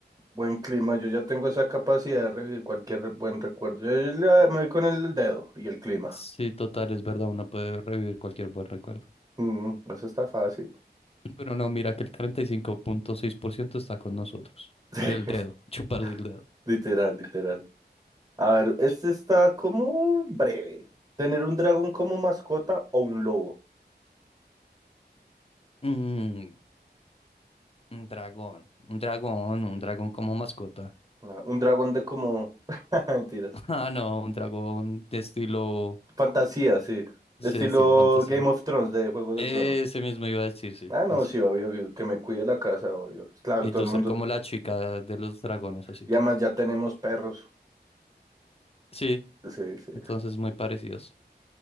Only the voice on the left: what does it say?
Sí, total, es verdad, uno puede revivir cualquier buen recuerdo.
Pero no, mira que el 35.6% está con nosotros.
Del dedo, <laughs> chuparse el dedo.
Mm, un dragón, un dragón, un dragón como mascota.
<laughs> Ah, no, un dragón de estilo,
sí,
de estilo fantasía.
Ese
mismo iba a decir, sí,
ese.
Y
tú
ser como la chica de los dragones, así
tal.
Sí,
entonces muy parecidos